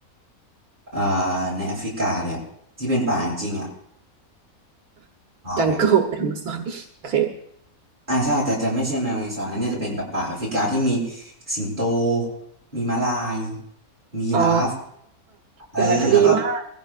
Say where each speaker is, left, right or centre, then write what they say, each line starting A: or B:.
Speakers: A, on the right (about 30°); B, on the right (about 85°).
A: อ่าในแอฟริกาเลยอะที่เป็นป่าจริงๆอะป่าแบบ
B: จังโก้แอมซอนโอเค
A: อ่าใช่แต่จะไม่ใช่แมวในซอนอันเนี้ยจะเป็นแบบป่าแอฟริกาที่มีสิงโตมีม้าลายมียีราฟ
B: อ๋อ
A: เออแล้วก็
B: แต่ละคดีมาก